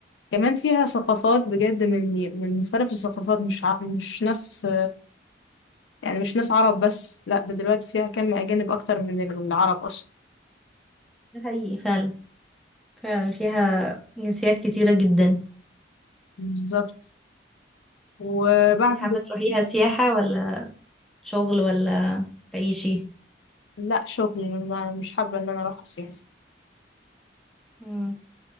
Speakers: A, on the left (about 80°); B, in the centre.
A: كمان فيها ثقافات بجد من من مختلف الثقافات مش ع... مش ناس يعني مش ناس عرب بس لا ده دلوقتي فيها كم أجانب أكتر من العرب أصلا
B: ده حقيقي فعلا فعلا فيها جنسيات كتيرة جدا
A: بالظبط وبعد
B: انت حابة تروحيها سياحة ولا شغل ولا تعيشي
A: لا شغل ما مش حابة إن أنا أروح يعني
B: مم.